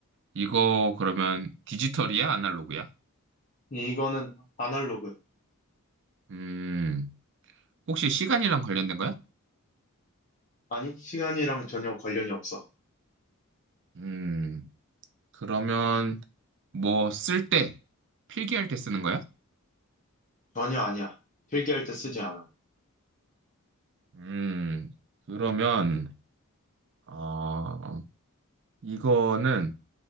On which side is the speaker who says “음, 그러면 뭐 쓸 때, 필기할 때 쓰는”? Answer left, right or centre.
Right